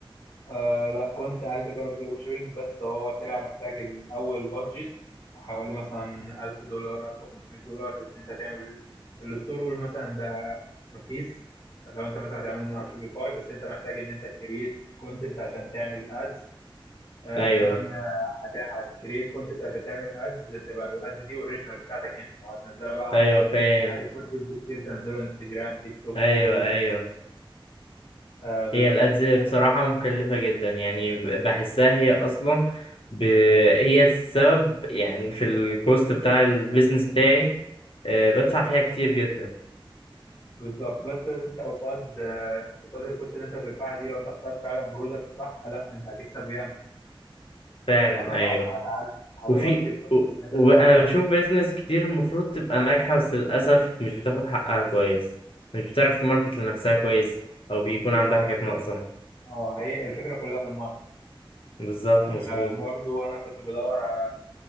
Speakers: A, on the left; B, on the left.
A: آه لا كنت عايز اجرب الدروب شيبنج بس هو طلع محتاج الاول بادجت حوالي مثلا 1000 دولار 1500 دولار ان انت تعمل الستور قول مثلا ده رخيص لو انت مثلا هتعمله من على شوبيفاي بس انت محتاج ان انت تكريت كونتنت عشان تعمل ادز آه
B: ايوه
A: كمان آه، هت- هتكريت كونتنت عشان تعمل ادز تبقى الادز دي اوريجينال بتاعتك انت هتنزلها بقى
B: ايوه فاهم
A: عايز كونتنت كتير تنزله انستجرام تيك توك
B: ايوه
A: فيسبوك
B: ايوه
A: آه بالظبط
B: هي الأدز بصراحة
A: تمام
B: مكلفة جدا يعني ب- بحسها هي أصلا ب... هي السبب يعني في الكوست بتاع البيزنس بتاعي آه، بدفع فيها كتير جدا
A: بالظبط بس انت قصاد آه، قصاد الكوست اللي انت بتدفعها دي لو انت اخترت فعلا برودكت صح لا انت هتكسب ياما
B: فعلا
A: هتغطي
B: أيوه
A: هتعد هتغطي
B: وفي
A: الكوست
B: و...
A: اللي انت
B: وأنا
A: دفعتها دي
B: بشوف بيزنس كتير المفروض تبقى ناجحة بس للأسف مش بتاخد حقها كويس مش بتعرف تماركت لنفسها كويس أو بيكون
A: بالظبط
B: عندها حاجات ناقصة
A: اه هي الفكره كلها في الماركت
B: بالظبط
A: آه،
B: مظبوط
A: برضو انا كنت بدور على